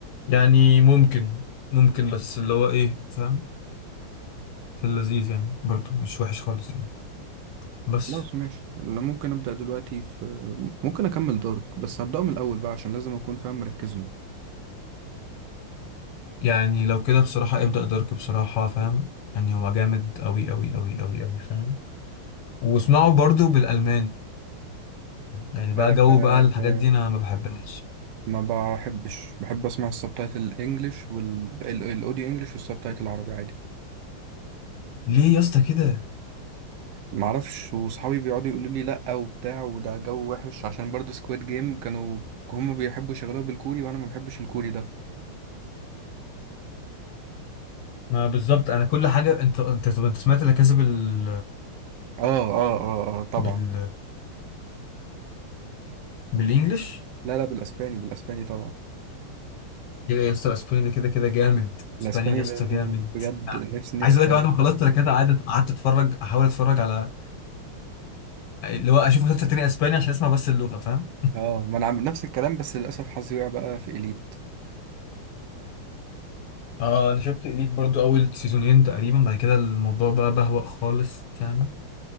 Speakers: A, on the left; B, on the right.
A: يعني ممكن ممكن بس اللي هو ايه فاهم في اللذيذ يعني برضو مش وحش خالص يعني بس
B: خلاص ماشي انا ممكن ابدا دلوقتي في ممكن اكمل دارك بس هبداه من الاول بقى عشان لازم اكون فاهم مركز له
A: يعني لو كده بصراحة ابدأ دارك بصراحة فاهم يعني هو جامد أوي أوي أوي أوي أوي فاهم واسمعه برضو بالألماني يعني بقى
B: آه،
A: جو
B: آه،
A: بقى الحاجات دي أنا ما بحبهاش
B: ما بحبش بحب اسمع السبتايتل الانجليش والاوديو انجليش والسبتايتل العربي عادي
A: ليه يا اسطى كده
B: ما اعرفش وصحابي بيقعدوا يقولوا لي لا وبتاع وده جو وحش عشان برضه سكويد جيم كانوا هم بيحبوا يشغلوها بالكوري وانا ما بحبش الكوري ده
A: ما بالظبط انا كل حاجه انت انت طب انت سمعت لا كاسا بال
B: اه اه اه آه، طبعا
A: بال بالانجلش
B: لا لا بالاسباني بالاسباني طبعا
A: يا يا اسطى الاسباني ده كده كده جامد
B: الاسباني
A: اسباني يا اسطى
B: لأن
A: جامد
B: بجد نفسي نفسي
A: عايز اقول لك بعد ما خلصت لا كاسا قعدت قعدت اتفرج احاول اتفرج على اللي هو اشوف مسلسل تاني اسباني عشان اسمع بس اللغه فاهم
B: اه ما انا عم- نفس الكلام بس للاسف حظي وقع بقى في اليت
A: اه انا شفت اليت برضو اول سيزونين تقريبا بعد كده الموضوع بقى بهوأ خالص يعني